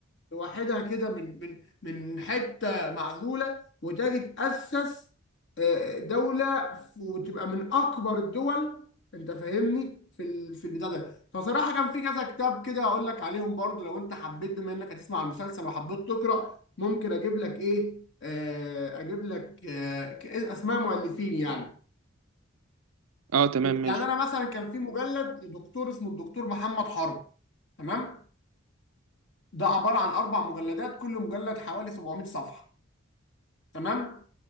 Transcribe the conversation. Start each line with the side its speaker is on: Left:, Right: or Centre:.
Left: لوحدها كده من من من حته معزوله وتجي تاسس آه، دوله ف- وتبقى من اكبر الدول انت فاهمني في ال... في البتاع ده فصراحه كان في كذا كتاب كده اقول لك عليهم برضو لو انت حبيت بما انك هتسمع المسلسل وحبيت تقرا ممكن اجيب لك ايه آه، اجيب لك آه، ك- اسماء مؤلفين يعني
Right: آه، تمام ماشي
Left: يعني انا مثلا كان في مجلد لدكتور اسمه الدكتور محمد حرب تمام ده عباره عن اربع مجلدات كل مجلد حوالي 700 صفحه تمام